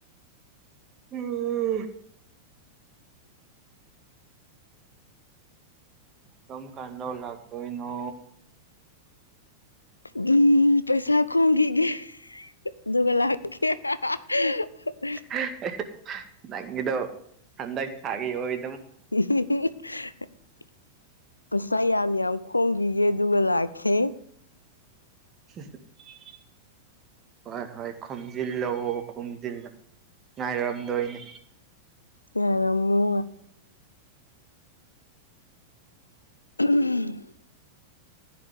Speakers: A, on the right; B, on the left.
A: <unintelligible> ꯀꯝ ꯀꯥꯟ ꯂꯧ ꯂꯥꯛꯇꯣꯏꯅꯣ
B: ꯗꯨꯝ ꯄꯩꯁꯥ ꯈꯣꯝꯈꯤꯒꯦ ꯑꯗꯨꯒ ꯂꯥꯛ <unintelligible>
A: <unintelligible> ꯅꯪꯒꯤꯗꯣ ꯍꯟꯗꯛ ꯊꯥꯒꯤ ꯑꯣꯢ
B: <unintelligible> ꯄꯩꯁꯥ ꯌꯥꯝ ꯌꯥꯝ ꯈꯣꯡꯒꯤꯒꯦ ꯑꯗꯨꯒ ꯂꯥꯛꯈꯦ
A: <unintelligible> ꯍꯣꯏ ꯍꯣꯏ ꯈꯣꯝꯖꯤꯜꯂꯣ ꯈꯣꯝꯖꯤꯜꯂꯣ ꯉꯥꯏꯔꯝꯗꯣꯏꯅꯦ
B: ꯉꯥꯢꯔꯝꯃꯨ <unintelligible>